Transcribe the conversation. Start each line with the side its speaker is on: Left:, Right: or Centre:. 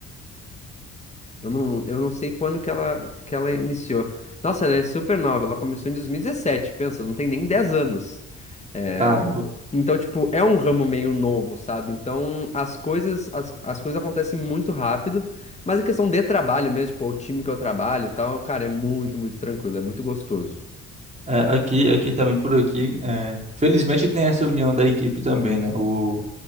Left: eu não, eu não sei quando que ela, que ela iniciou. Nossa, ela é super nova. Ela começou em 2017, pensa, não tem nem 10 anos. É,
Right: Caramba.
Left: Então, tipo, é um ramo meio novo, sabe? Então, as coisas, as, as coisas acontecem muito rápido, mas a questão de trabalho mesmo, tipo, o time que eu trabalho e tal, cara, é muito, muito tranquilo, é muito gostoso.
Right: É, aqui, aqui também por aqui. é, felizmente tem essa união da equipe também, né? O